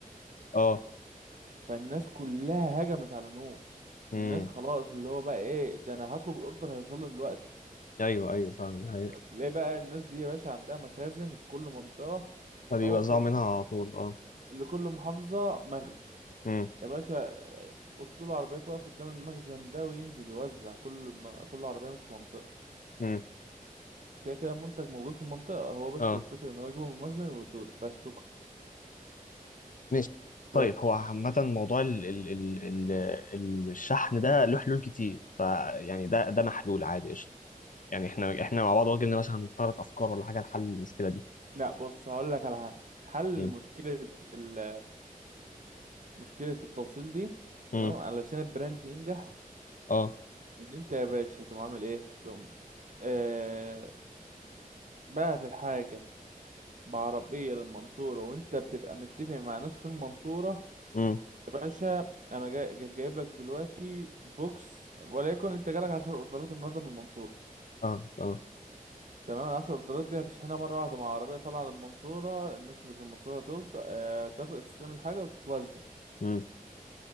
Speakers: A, on the left; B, on the right.
A: اه
B: فالناس كلها هجمت على نون الناس
A: امم
B: خلاص اللي هو بقى ايه ده انا هطلب الاوردر هيوصل لي دلوقتي
A: ايوه ايوه فعلا دي حقيقة.
B: ليه بقى الناس دي يا باشا عندها مخازن في كل منطقة
A: فبيوزعوا
B: أو في
A: منها على طول اه
B: لكل محافظة مخزن
A: امم
B: يا باشا أسطول العربيات واقف قدام المخزن ده وينزل يوزع كل من... كل عربية ماسكة منطقة
A: امم
B: كده كده المنتج موجود في المنطقة هو بس
A: اه
B: الفكرة إن هو يجيبه من المخزن ويوديهولك بس شكرا
A: ماشي طيب
B: ف...
A: هو عامة موضوع ال ال ال ال ال- الشحن ده له حلول كتير فيعني ده ده محلول عادي قشطة يعني احنا احنا مع بعض واجهنا مثلا ثلاث افكار ولا حاجة لحل المشكلة دي
B: لا بص هقول لك على حاجة حل
A: امم
B: مشكلة ال... مشكلة التوصيل دي
A: امم
B: تمام علشان البراند ينجح
A: اه
B: إن أنت يا باشا تقوم عامل إيه؟ تقوم آه... بعت الحاجة بعربية للمنصورة وانت بتبقى متفق مع ناس في المنصورة
A: امم
B: يا باشا انا جاي جاي- جايب لك دلوقتي بوكس وليكن انت جالك عشر اوردرات النهاردة من المنصورة
A: اه اه
B: تمام العشر اوردرات دي هتشحنها مرة واحدة مع عربية طالعة للمنصورة الناس اللي في المنصورة هتوزع اه تاخد تستلم الحاجة وتتوزع
A: امم